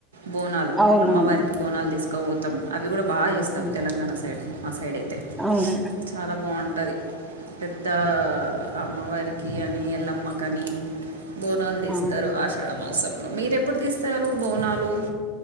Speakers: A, on the right (about 85°); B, in the centre.
A: బోనాలు
B: అవునవును
A: అమ్మవారికి బోనాలు తీసుకో పోతాం అవి కూడా బాగా చేస్తారు
B: ఉమ్,
A: తెలంగాణ సైడ్ మా సైడ్ అయితే
B: అవును
A: చాలా బావుంట ఉంటది పెద్ద అమ్మవారికి అని ఎల్లమ్మక అని బోనాలు దీసు
B: ఆ
A: ఆషాఢమాసంలో మీరు ఎప్పుడు తీస్తారు బోనాలు